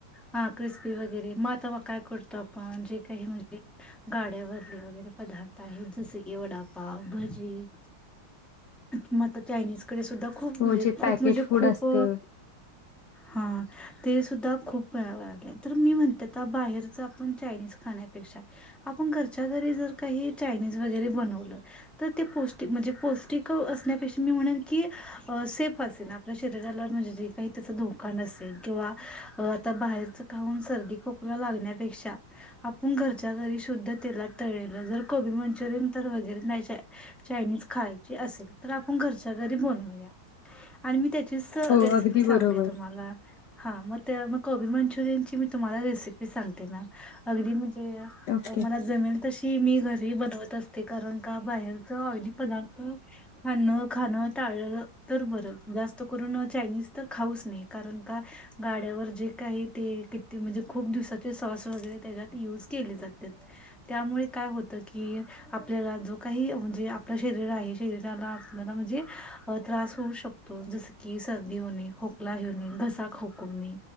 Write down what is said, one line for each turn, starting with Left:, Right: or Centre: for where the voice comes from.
Centre: हां ख्रिस स्पी वगैरे म तवा काय करतो आपण जे काही म्हणजे गाड्यावरले वगैरे पदार्थ आहेत जस की वडापाव, भजी मग आता चायनीजकडे सुद्धा खूप खूप
Left: हो
Centre: म्हणजे
Left: जे
Centre: खूप
Left: पॅकेट
Centre: म्हणजे
Left: फूड
Centre: खूप
Left: असतं
Centre: हां ते सुद्धा खूप वेळा वाढलय तर मी म्हणते आता बाहेरच आपण चायनीज खाण्यापेक्षा आपण घरच्या घरी जर काही चायनीज वगैरे बनवलं तर ते पौष्टिक म्हणजे पौष्टिक- असण्यापेक्षा मी म्हणेन की सेफ असेन. आपल्या शरीराला म्हणजे जे काही त्याचा धोका नसेेल. किंवा आता बाहेरच खाऊन सर्दी खोकला लागण्यापेक्षा आपण घरच्या घर री शुद्ध तेलात तळलेलं जर कोबी मंचुरियन तर वगैरे नाही चायनीज खाय चे असेल तर आपण घरच्या घरी बनवूया आणि मी ते चीच
Left: हो
Centre: रेसिपी
Left: अगदी
Centre: सांगते
Left: बरोबर
Centre: तुम्हाला. हां मग त्या मग कोबी मंचुरियनची मी तुम्हाला रेसिपी सांगते मॅम अगदी म्हण जे
Left: ओके
Centre: मला जमेल तशी मी घर री बनवत असते कारण का बाहेरच ऑईली पदार्थ- खाण खाणं टाळलं तर बर जास्त करून चायनीज तर खाऊच नये करण्या का गाड्यावर जे काही तेल कि म्हणजे खूप दिवसाचे सॉस वगरे त्याच्यात युज केले जा तात त्यामुळे काय होतं की आपल्याला जो काही म्हणजे आपलं शरीर आहे- शरीराला आपल्याला म्हणजे त्रास होऊ शकतो जसं की सर्दी होणे, खोकला होणे- घसा खवखवणे